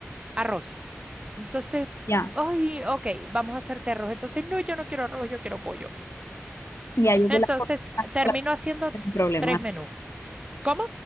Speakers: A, on the right; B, on the left.
A: arroz. Entonces,
B: Ya,
A: ay, ok, vamos a hacerte arroz. Entonces, no, yo no quiero arroz, yo quiero pollo.
B: ya, yo
A: Entonces,
B: con las cosas,
A: termino
B: con las cosas
A: haciendo
B: tengo problemas.
A: tres menús. ¿Cómo?